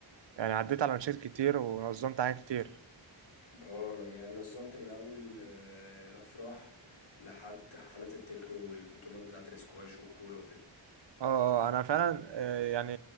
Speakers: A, on the right; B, on the left.
A: يعني عديت على مشاكل كتير ونظمت حاجات كتير
B: اه انا يعني نظمت من اول آه، الافراح لحد حفلات التكنو والبطولات بتاعه الاسكواش والكوره وكده
A: اه انا فعلا آه، يعني